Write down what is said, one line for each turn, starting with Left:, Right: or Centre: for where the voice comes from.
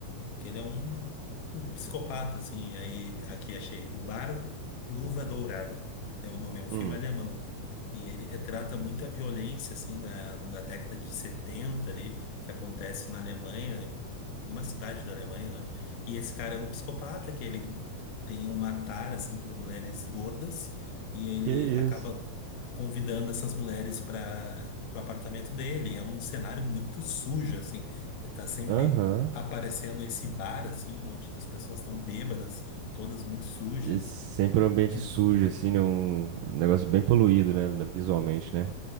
Left: que ele é um, um psicopata, assim. Aí aqui achei o Bar Luva Dourada é o nome, é um
Right: hum,
Left: filme alemão. E ele retrata muita violência, assim, na, na década de 70 ali, que acontece na Alemanha, numa cidade da Alemanha, né? E esse cara é um psicopata, que ele tem um matar, assim, por mulheres gordas, e ele
Right: que isso,
Left: acaba convidando essas mulheres para o apartamento dele. É um cenário muito sujo, assim. Tá sempre
Right: aham.
Left: aparecendo esse bar, assim, onde as pessoas estão bêbadas, todas muito sujas.
Right: E sempre um ambiente
Left: E,
Right: sujo, assim, né? Um negócio bem poluído, né? na- Visualmente, né?